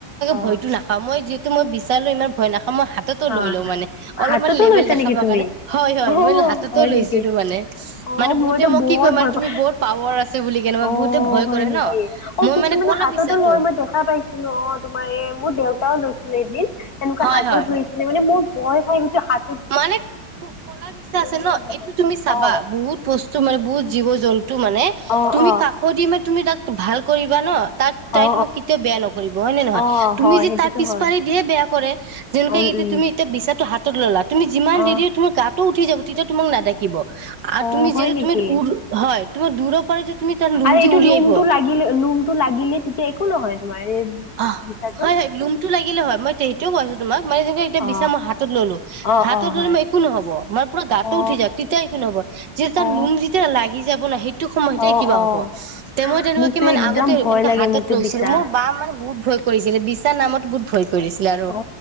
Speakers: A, on the left; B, on the right.
A: অ
B: ভয়টো নাখা মই যিহু মই বিচাৰো ইমান ভয় নাখা মই হাততো
A: অ
B: লৈ লো মানে
A: হাততো
B: অলপমান লেভেল
A: লৈছা
B: দেখাবৰ
A: নেকি তুমি
B: কাৰণে হয় হয়
A: অ
B: মই হাততো
A: হয়
B: লৈছিলো
A: নেকি
B: মানে।
A: অ
B: মানে বহুতে
A: মইতো
B: মোক
A: বৰ
B: কি কয় মানে
A: ভয়
B: তুমি
A: পাওঁ।
B: বহুত পাৱাৰ আছে বুলি কেনে মই
A: অ
B: বহুতে ভয়
A: হয়
B: কৰে
A: নেকি
B: ন
A: অ
B: মই
A: কিছুমানানে
B: মানে ক'লা
A: হাততো
B: বিচাৰো
A: লয় মই দেখা পাইছিলো অ তোমাৰ এই মোৰ দেউ লৈছিলে এদিন তেনেকুৱা
B: হয়
A: হাতত
B: হয়
A: লৈছিলে মানে মোৰ ভয় খাই হাত
B: মানে কলা বিছা আছে
A: ইমান
B: ন
A: ভয়
B: এইটো
A: লাগে
B: তুমি চাবা
A: অ
B: বহুত বস্তু মানে বহুত জীৱ জন্তু মানে
A: অ
B: তুমি
A: অ
B: কাষ দি মান তুমি তাক ভাল কৰিবা ন তাক তাই
A: অ
B: তোমাক কেতিয়াও বেয়া নকৰিব হয় নে নহয়
A: অ অ হয়
B: তুমি য
A: সেইটোতো
B: তাৰ পিছ
A: হয়
B: পাৰি দিহে বেয়া কৰে যেনেকুৱা
A: উম
B: এতিয়া
A: উম
B: তুমি এতিয়া বিচাটো হাতত ল'লা তুমি যিমান
A: অ
B: দেৰি তম গাটো উঠি যাব তেতিয়া তোমাক নাথাকিব আৰু
A: অ
B: তুমি
A: হয়
B: যিহেতু
A: নেকি
B: তুমি হয় তোমাৰ পৰা যে তুমি তাৰ লুম
A: আৰু
B: যে
A: এইটো
B: উৰি
A: লোম
B: আহিব
A: টো লাগিলে লোম টো লাগিলে তেতিয়া একো নহয় তোমাৰ এই
B: আহ
A: বিচাটো
B: হয় হয় লোমটো লাগিলে মই সেইটোও কৈছো তোমাক মানে যেনেকে এতিয়া
A: অ
B: বিচা মই হাতত ললো
A: অ
B: হাতত
A: অ হয়
B: ললে মই একো নহ'ব মই পুৰা গাতটো
A: অ
B: উঠি যাও তেতিয়া একো নহব যে তাৰ
A: অ
B: লোম যেতিয়া লাগি যাব ন সেইটো সময়তে
A: অ
B: কিবা হব
A: অ
B: তে মই তেনেকুৱাক
A: মোকতো
B: কি মানে
A: একদম
B: আগতে
A: ভয়
B: এনেককা
A: লাগে
B: হাতত
A: মোকতো
B: লৈছিলো
A: বিছা।
B: মোৰ বা মানে বহুত ভয় কৰিছিলে বিচাৰ নামত বহুত ভয় কৰিছিলে আৰু
A: অ